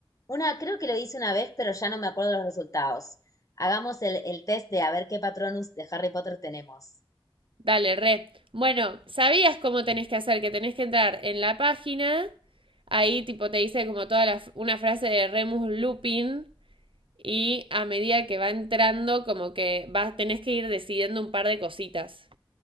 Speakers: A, on the left; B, on the right.
A: una, creo que lo hice una vez, pero ya no me acuerdo los resultados. Hagamos el, el test de a ver qué Patronus de Harry Potter tenemos.
B: Dale, re. Bueno, sabías cómo tenés que hacer, que tenés que entrar en la página. Ahí tipo te dice como toda la, f- una frase de Remus Lupin y a medida que va entrando como que vas, tenés que ir decidiendo un par de cositas.